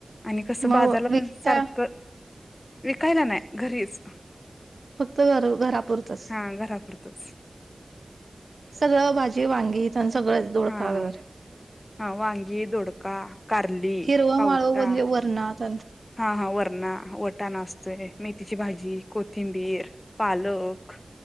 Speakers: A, on the left; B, on the right.
A: आणि कसं बाजारला
B: मग विकता
A: पण सारखं विकायला नाही घरीच
B: फक्त घरापुरतच
A: हा घरापुरतच
B: सगळं भाजी, वांगी त्यां सगळंच दोडका
A: हा हा
B: वगैरे,
A: हा वांगी, दोडका, कारली,
B: हिरवं
A: पावटा
B: माळव म्हणजे वरणात
A: हा हा वरणा, वटाणा असतोय. मेथीची भा भाजी, कोथिंबीर, पालक